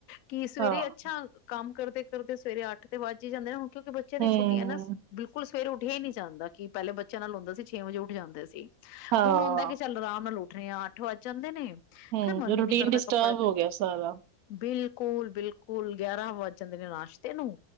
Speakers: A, on the left; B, on the right.
A: ਕੀ ਸਵੇਰੇ
B: ਹਾਂ
A: ਅੱਛਾ ਕੰਮ, ਕਰਦੇ-ਕਰਦੇ ਸਵੇਰੇ ਅੱਠ ਤੇ ਵੱਜ ਹੀ ਜਾਂਦੇ ਆ। ਕਿਉਂਕਿ ਬੱਚਿਆਂ ਦੀ
B: ਹਮ
A: ਛੁੱਟੀਆਂ ਨਾ ਬਿਲਕੁਲ ਸਵੇਰੇ ਉਠ ਈ ਨੀ ਜਾਂਦਾ ਕਿ ਪਹਿਲੇ ਬੱਚਿਆਂ ਨਾਲ ਹੁੰਦਾ ਸੀ ਛੇ ਵਜੇ ਉਠ ਜਾਨ। ਦੇ ਸੀ।
B: ਹਾਂ
A: ਹੁਨ ਹੋਦਾ ਕਿ ਚੱਲ ਰਾਮ <unintelligible> ਉੱਠਣੇ ਆ ਅੱਠ ਵੱਜ ਜਾਂਦੇ ਨੇ, ਫੇਰ
B: ਹਮ
A: ਮਨ ਈ
B: ਰੂਟੀਨ
A: ਨੀ ਕਰਦਾ
B: ਡਿਸਟਰਬ
A: ਕੱਪੜੇ ਨੂੰ
B: ਹੋ ਗਿਆ ਸਾਰਾ
A: ਬਿਲਕੁਲ-ਬਿਲਕੁਲ ਗਿਆਰਾਂ ਵੱਜ ਜਾਂਦੇ ਨੇ <unintelligible> ਨੂੰ,